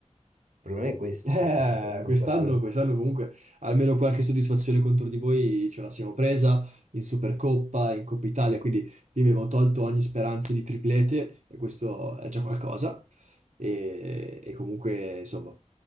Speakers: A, on the right; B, on the right.
A: Il problema è questo,
B: Eh,
A: perché stanno nei
B: quest'anno,
A: quattro
B: quest'anno comunque almeno qualche soddisfazione contro di voi ce la siamo presa in Supercoppa, in Coppa Italia, quindi vi abbiamo tolto ogni speranza di triplete e questo è già qualcosa. E, e comunque, insomma,